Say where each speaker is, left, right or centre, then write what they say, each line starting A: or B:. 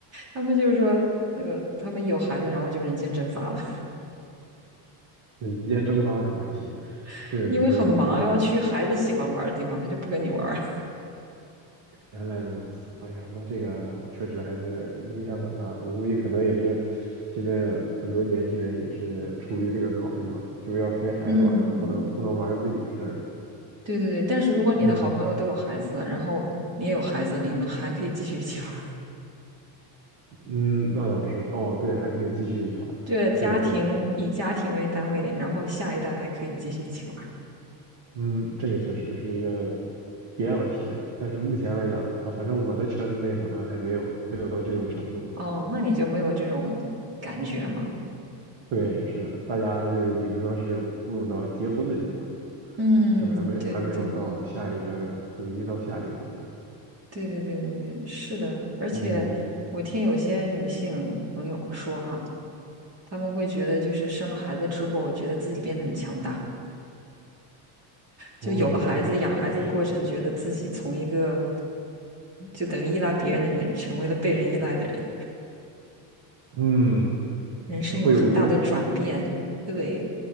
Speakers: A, on the right (about 30°); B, on the right (about 55°).
A: 他们就是说那个他们有孩子，然后就人间蒸发了，
B: 人间蒸发可还行，
A: <laughs>
B: 这个真是一个很有
A: 因为很忙，要去孩子喜欢玩的地方，他就不跟你玩儿。
B: 原来，哎呀，那这个确实还是影响蛮大的，我估计可能也是现在很多年轻人也是出于这个考虑吧，就是要陪孩子玩儿不能不能玩儿自己的事儿，
A: <laughs> 嗯，对对对，但是如果你的好朋友都有孩子了，
B: 嗯
A: 然后你也有孩子，你们还可以继续一起玩儿。
B: 嗯，那倒是，哦对，还可以继续一起玩儿这个确实。
A: <laughs> 这家庭以家庭为单位，然后下一代还可以继续一起玩儿。
B: 嗯，这个确实是一个别样的体验，但是目前来讲啊，反正我的圈子内好像还没有没有到这种程度。
A: 哦，那你就没有这种感觉吗？
B: 对，是的，大家就是顶多是步入到结婚的阶段，
A: 嗯，
B: 就还没还没有到下一个统一到下一个阶段。
A: 对对对对对对对对，是的。而且我听有些女性朋友说哈，
B: 嗯，
A: 他们会觉得就是生了孩子之后，觉得自己变得很强大，就有了孩子，
B: 哦，确实是的，
A: 养孩子的过程，觉得自己从一个就等于依赖别人的人，成为了被人依赖的人，
B: 嗯，
A: 人生有很大的转变。
B: 就会有一个
A: 对，